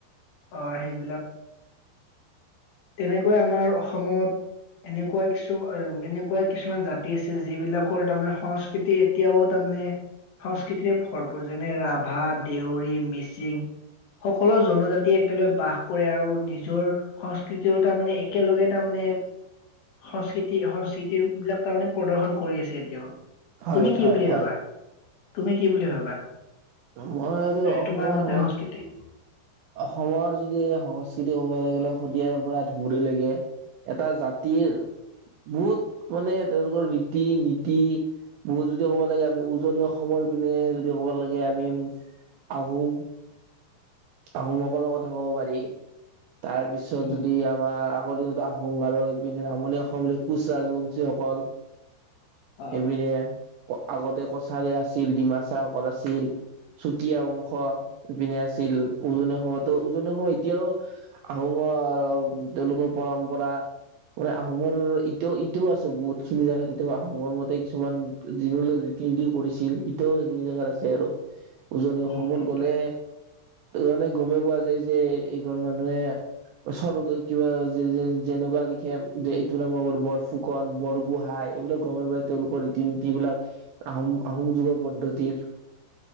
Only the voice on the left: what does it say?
অ', সেইবিলাক। তেনেকৈ আমাৰ অসমত এনেকুৱা কিছু, এনেকুৱা কিছুমান জাতি আছে যে, যিবিলাকৰ তাৰমানে সচ খেতি এতিয়াও তাৰমানে সংস্কৃতিৰে ভৰপূৰ, যেনে-ৰাভা, দেউৰী, মিচিং, সকলো জনজাতি একেলগে বাস কৰে আৰু নিজৰ সংস্কৃতিও তাৰমানে, একেলগে তাৰমানে সংস্কৃতি, সংস্কৃতি বিলাক তাৰমানে প্ৰদৰ্শন কৰি আছে, এতিয়াও।
তুমি কি
বুলি
ভাবাঁ! তুমি কি বুলি ভাবাঁ!
এ
তোমাৰ
মতে সংস্কৃতি
উম
অ
উম সেইটোৱে